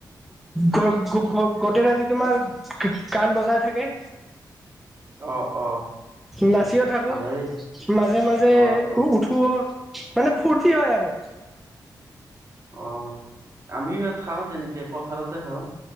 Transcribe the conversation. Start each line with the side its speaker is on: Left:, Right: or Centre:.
Centre: গ-গ-গোটেই ৰাতি তোমাৰ ক-কাণ বজাই থাকে।
Right: অ অ-
Centre: নাচিও থাকো
Right: ভালেই
Centre: মাজে মাজে
Right: অ অ
Centre: উঠো মানে ফুৰ্তি হয়। আৰু-
Right: অ আমিও ইয়াত খাওঁ তেনেকে পথাৰতে খাওঁ।